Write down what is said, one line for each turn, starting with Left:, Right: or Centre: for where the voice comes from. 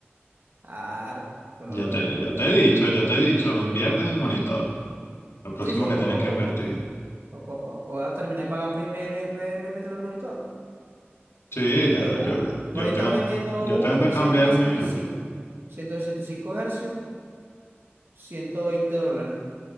Right: claro, eso es
Left: Yo
Right: lo, lo,
Left: te,
Right: lo
Left: yo
Right: primordial.
Left: te he dicho, yo te he dicho, invierte en el monitor. Lo próximo
Right: Sí, sí,
Left: que
Right: poco
Left: tienes
Right: a
Left: que
Right: poco,
Left: invertir.
Right: poco a poco. Ahora terminé de pagar primero y después me meto en el monitor.
Left: Sí, yo,
Right: De una.
Left: yo, yo
Right: Por ahí están
Left: tengo,
Right: vendiendo
Left: yo
Right: uno
Left: tengo que
Right: en
Left: cambiar
Right: ciento ciento
Left: el mío.
Right: sesenta sesenta y cinco ciento sesenta y cinco hercios, 120 dólares.